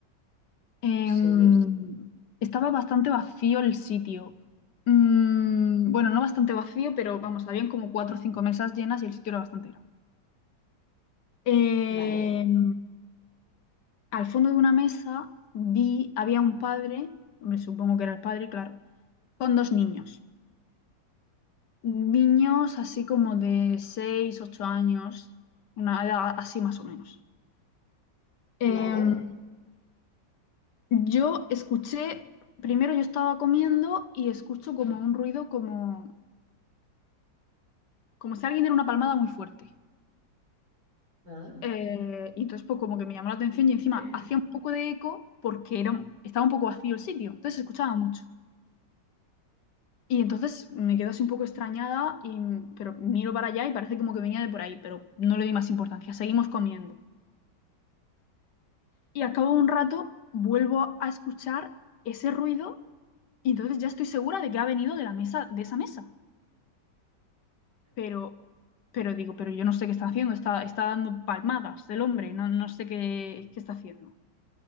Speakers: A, on the left (about 70°); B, on the right (about 55°).
A: Em,
B: sí,
A: estaba bastante vacío el sitio. Mm, bueno, no bastante vacío, pero vamos, habían como cuatro o cinco mesas llenas y el sitio era bastante grande. Em,
B: vale,
A: al fondo de una mesa vi, había un padre, hombre, supongo que era el padre, claro, con dos niños. Niños así como de 6 8 años, una edad así más o menos. Em,
B: vale.
A: yo escuché, primero yo estaba comiendo y escucho como un ruido como, como si alguien diera una palmada muy fuerte.
B: ah.
A: Eh, y entonces pues como que me llamó la atención y
B: <clears throat>
A: encima hacía un poco de eco porque era, un- estaba un poco vacío el sitio, entonces se escuchaba mucho. Y entonces me quedo así un poco extrañada, y, pero miro para allá y parece como que venía de por ahí, pero no le di más importancia, seguimos comiendo. y al cabo de un rato vuelvo a escuchar ese ruido y entonces ya estoy segura de que ha venido de la mesa, de esa mesa. Pero, pero digo, pero yo no sé qué está haciendo, está, está dando palmadas el hombre, no, no sé qué, qué está haciendo.